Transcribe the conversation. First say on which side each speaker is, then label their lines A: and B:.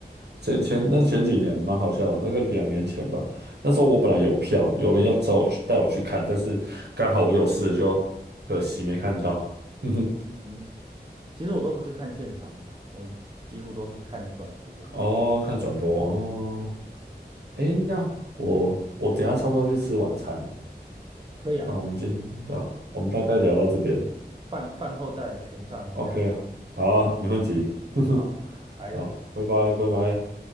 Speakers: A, on the right; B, on the right.
A: 前前那前几年蛮好笑的，那个两年前吧，那时候我本来有票，有人要找我去带我去看，但是刚好我有事，就可惜没看到。<laughs> 哼哼，
B: 嗯，其实我都不是看现场的啊我几乎都是看转播。
A: 哦，看转播哦，诶，那我我等一下差不多要去吃晚餐，
B: 可以啊，
A: 那我们今的我们大概聊到这边
B: 饭饭后再来全上一下。
A: ，OK 啊，好啊没问题，<laughs> 哼哼，
B: 好，来喽。
A: 好，拜拜，拜拜。